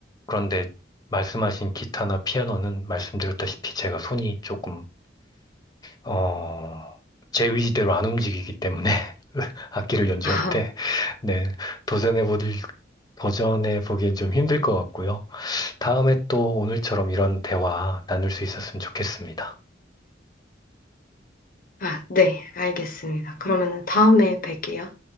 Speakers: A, on the left; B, on the left.
A: 그런데 말씀하신 기타나 피아노는 말씀드렸다시피 제가 손이 조금 어, 제 의지대로 안 움직이기 때문에 <laughs> 악기를 연주할
B: 아,
A: 때 네, 도전해 보들 도전해 보기엔 좀 힘들 것 같고요. 다음에 또 오늘처럼 이런 대화 나눌 수 있었으면 좋겠습니다.
B: 아, 네, 알겠습니다. 그러면 다음에 뵐게요.